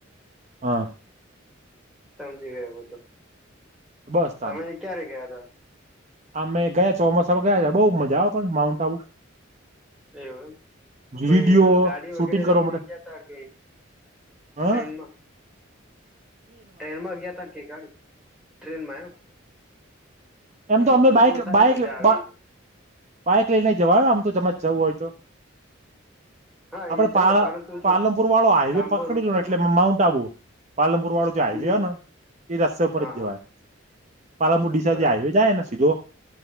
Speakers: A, on the right; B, in the centre.
A: હા.
B: સમજી ગયો હું તો.
A: બસ
B: તમે
A: તાને
B: ક્યારે ગયા તા?
A: અમે ગયા ચોમાસામાં ગયા તા, બઉ મજા આવે પણ માઉન્ટ આબુ.
B: એવું એમ. કોઈ
A: વિડીયો
B: ગાડી
A: શૂટિંગ
B: વગેરે
A: કરવા
B: લઈને
A: માટે
B: ગયા તા કે
A: હ
B: ટ્રેનમાં? ટ્રેનમાં ગયા તા કે ગાડી? ટ્રેનમાં એમ?
A: એમ
B: હમ
A: તો અમે બાઈક-બાઈક
B: સારી મજા આવી
A: બા, બાઈક લઈને જવાનું આમ તો તમે જવું હોય તો.
B: હા
A: આપડે
B: એ જવાય
A: પાલે
B: પરંતુ જો
A: પાલનપુર વાળો હાઈવે
B: લાંબો
A: પકડી
B: રૂટ
A: લો
B: થઈ
A: ને
B: જાય
A: એટલે માઉન્ટ આબુ. પાલનપુર વાળો જે હાઈવે
B: હમ
A: હો ના, ઈ રસ્તા પર
B: હા
A: જ
B: હા
A: જવાય, પાલનપુર ડીસાન
B: બરાબર
A: જે હાઈવે જાયને સીધો,